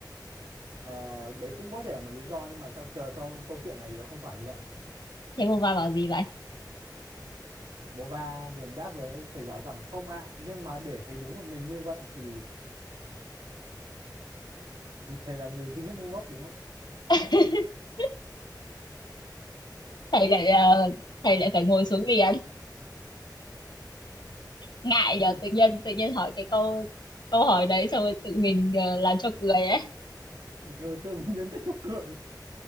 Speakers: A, on the right; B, on the left.
A: ờ, đấy cũng có thể là một lý do nhưng mà trong chờ trong câu chuyện này thì nó không phải như vậy
B: thế vô va bảo gì vậy
A: Vova liền đáp với thầy giáo rằng không ạ nhưng mà để thầy đứng một mình như vậy thì thì thầy là người duy nhất ngu ngốc đúng không
B: <laughs> thầy lại ờ, thầy lại phải ngồi xuống liền ngại giờ
A: <laughs>
B: tự nhiên tự nhiên hỏi cái câu câu hỏi đấy xong rồi tự mình ờ, làm cho cười ấy
A: ừ, tự mình biến tích cho cười